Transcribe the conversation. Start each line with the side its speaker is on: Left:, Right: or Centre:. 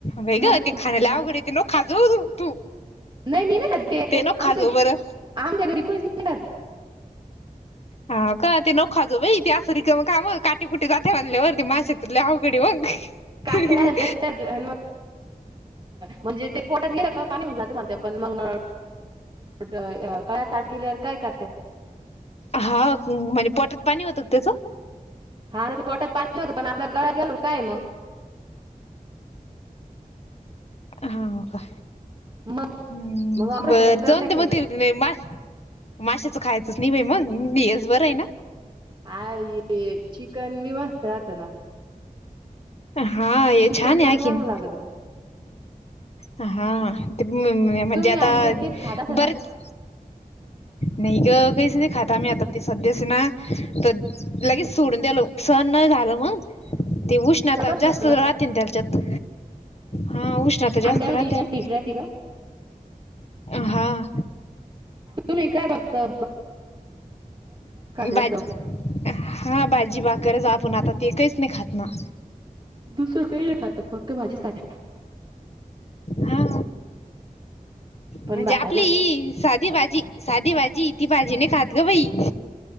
Left: बाई
Right: मग
Left: गं खाणं लई आवघड ते, नको खात जाऊ तू.
Right: नाही मी नाही खातं ते,
Left: नको
Right: आमच्या
Left: खा जाऊ बरं
Right: आमच्याघरी कोणीचं नाही खातं.
Left: हाव का ते नको खात जाऊ बाई ते, असं रिकामं कामं काटे कुटे जातंय म्हणालावर. ते मासेचं लई अवघड आहे मग.
Right: काटे राहत्या ना त्याच्यात म्हणजे ते पोटात गेलं का, पाणी होऊन जातं पण मगं. गळ्यात अटकेल्यावर काय करत्या.
Left: हा म्हणजे पोटात पाणी होतं का त्याचं.
Right: हा पोटात पाणी होतं, पण आपल्या गळात गेल्या वर काय मगं.
Left: हाव का.
Right: मग
Left: हम्म..
Right: मग ऑपरेशनच
Left: बरं
Right: करणे
Left: जाऊन ते मग. नाही मास माशाचं खायचंच नाही बाई मगं, हेच बरं आहे ना.
Right: हाय ये, चिकन मी मस्त राहतो ना.
Left: हा ये
Right: चिकन
Left: छान
Right: पण
Left: आखिन,
Right: चांगलं लागत
Left: हा ते म्हणजे
Right: तुम्ही
Left: आता
Right: अंडे तेच खाताच
Left: बरचं.
Right: ना
Left: नाही ग काहीच नाही खात आम्ही, आता ती सध्या स ना तर लगेच सोडून द्यालो. सण नाही झालं मग ते, उष्णता
Right: सगळं
Left: जास्त
Right: सोडलं
Left: राहते तेच्यात. हा उष्णता जास्त
Right: अंड्यामध्ये
Left: राहत्याल
Right: जास्त हिट राहते का
Left: हा.
Right: तुम्ही काय बघता. जास्त
Left: बाजी हा, बाजी बाकरच आपण आता तेच काहीच नाही खात ना.
Right: दुसर काही र खात. पक्क भाजीच खात्या.
Left: हा..
Right: पण
Left: म्हणजे
Right: भाज्या
Left: आपली ई. साधी भाजी, साधी भाजी ती भाजी नाही खातं गं बाई.